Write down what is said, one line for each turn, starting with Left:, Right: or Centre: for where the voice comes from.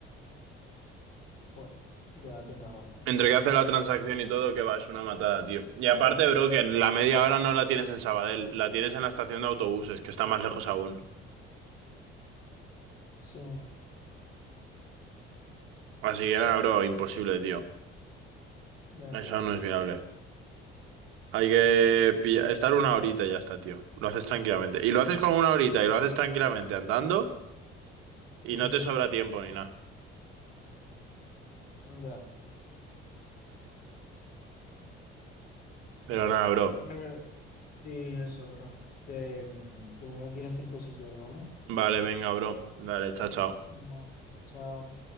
Left: Bueno, ya tienes razón.
Right: Entre que hace la transacción y todo, que va, es una matada, tío. Y aparte, bro, que la media hora no la tienes en Sabadell, la tienes en la estación de autobuses, que está más lejos aún.
Left: Sí.
Right: Así que nada, bro, imposible, tío.
Left: Ya, claro.
Right: Eso no es viable. Hay que pilla- estar una horita y ya está, tío. Lo haces tranquilamente. Y lo haces con una horita y lo haces tranquilamente andando y
Left: Ajá.
Right: no te sobra tiempo ni nada.
Left: Ya.
Right: Pero nada, bro.
Left: Pero sí, eso, bro. Que, mm, que me tengo que ir a hacer cosillas, ¿vale?
Right: Vale, venga, bro. Dale, chao, chao.
Left: Venga, chao.